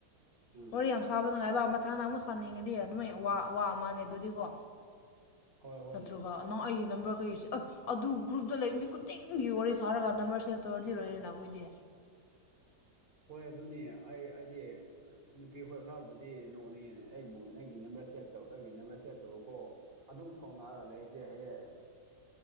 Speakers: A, on the right (about 40°); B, on the left (about 70°).
A: ꯎꯝ
B: ꯋꯥꯔꯤ ꯌꯥꯝ ꯁꯥꯥꯕ ꯅꯨꯡꯉꯥꯏꯕ ꯃꯊꯪꯗ ꯑꯃꯨꯛ ꯁꯥꯥꯅꯤꯡꯉꯗꯤ ꯑꯗꯨꯃꯥꯏ ꯋꯥ ꯃꯥꯅꯦ ꯑꯗꯨꯗꯤꯀꯣ
A: ꯍꯣꯏ ꯍꯣꯏꯅꯦ
B: ꯅꯠꯇ꯭ꯔꯒ ꯅꯣ ꯑꯩꯒꯤ ꯅꯝꯕꯔ ꯀꯩꯁꯦ ꯑ ꯑꯗꯨ ꯒ꯭ꯔꯨꯞꯇ ꯂꯩꯕ ꯃꯤ ꯈꯨꯗꯤꯡꯒꯤ ꯋꯥꯔꯤ ꯁꯥꯔꯒ ꯅꯝꯕꯔ ꯁꯦꯞ ꯇꯧꯔꯗꯤꯔꯣꯏ ꯏꯔꯦꯅ ꯑꯩꯈꯣꯏꯗꯤ
A: ꯍꯣꯏ ꯑꯗꯨꯅꯤ ꯑꯩ ꯍꯥꯏꯗꯤ ꯅꯨꯄꯤ ꯈꯣꯏ ꯈꯔꯕꯨꯗꯤ ꯅꯣꯛꯅꯤꯡꯉꯅꯦ ꯑꯩꯕꯨ ꯅꯪꯒꯤ ꯅꯝꯕꯔ ꯁꯦꯚ ꯇꯧ ꯑꯩꯒꯤ ꯅꯝꯕꯔ ꯁꯦꯚ ꯇꯧꯔꯀꯣ ꯑꯗꯨꯝ ꯐꯥꯎꯅꯔ ꯂꯩꯁꯦ ꯍꯥꯏꯌꯦ